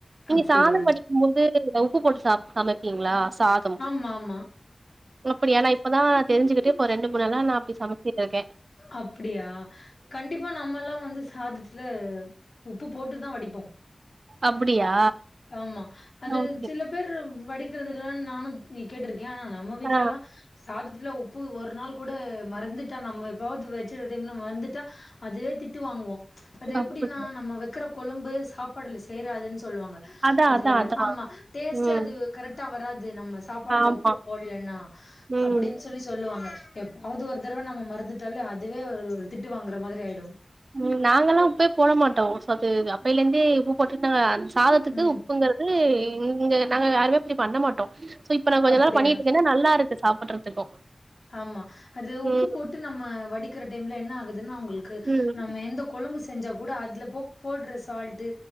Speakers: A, on the right (about 70°); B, on the left (about 70°).
A: நீங்க
B: அப்டியா?
A: சாதம் வடிக்கும் போது ஆ உப்பு போட்டு சாப் சமைப்பீங்ளா சாதம்
B: ஆமாமா.
A: னுப்புடியா நா இப்பதா தெரிஞ்சுகிட்டே இப்ப ரெண்டு மூணுநாளா நா அப்டி சமைச்சுட்ருக்கே
B: அப்புடியா கண்டிப்பா நம்மெல்லா வந்து சாதத்துல உப்பு போட்டுதா வடிப்போ
A: அப்டியா
B: ஆமா அது
A: ஓகே
B: சில பேரு வடிக்கிறதுல்லனு நானு நீ கேட்டிருக்கே யா நம்ம வீட்லெல்லா
A: ஆ
B: சாதத்துல உப்பு ஒரு நாள் கூட மறந்துட் த நம்ம எப்பயாவது வச்ச டைம்ல மறந்துட்டா அதே திட்டு வாங்குவோ அது எப்டின்னா
A: அப்டியா
B: நம்ம வெக்குற கொழம்பு சாப்பாடுல சேராதுன்னு சொல்லுவாங்க
A: அதா
B: அதுல
A: அதா அதா
B: ஆமா டேஸ்டு
A: ம்
B: அது கரெக்ட்டா வராது நம்ம சாப்பாடுல
A: ஆமா
B: உப்புட் போடலென்னா
A: ம்
B: அப்டின்னு சொல்லி சொல்லுவாங்க எப்பாவது ஒரு தடவ நம்ம மறந்துட்டாலே அதுவே ஒரு திட்டு வாங்குற மாதிரி ஆயிடு
A: ம் நாங்கல்லா உப்பே போட மாட்டோ சோத்து அப் அப்பையிலந்தே உப்பு போட்டுட்டு நாங்க அந்த சாதத்துக்கு
B: ம்.
A: உப்புங்குறது இங்க நாங்க யாருமே இப்டி பண்ண மாட்டோ ட்டோ சோ இப்ப நா கொஞ்ச
B: அப்படியா?
A: நாள் பண்ணிகிட்டு இருக்கேன்னா நல்லா இருக்கு சாப்புட்றதுக்கு
B: ஆமா அது உப்பு
A: ம்
B: போட்டு நம்ம வடிக்கிற டைம்ல என்ன ஆகுது துனா உங்களுக்கு
A: ம்
B: நம்ம எந்த கொழும்பு செஞ்சா கூட அதுல போ போட்ற சால்ட்டு